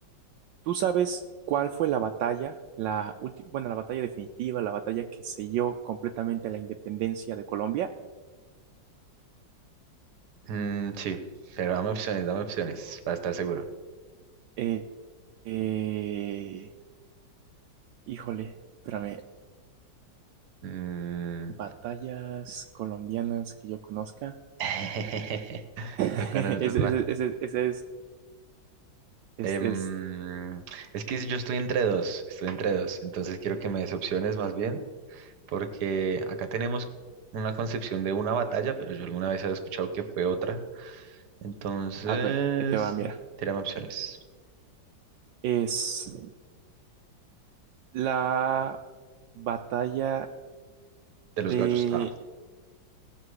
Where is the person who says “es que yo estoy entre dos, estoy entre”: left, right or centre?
Right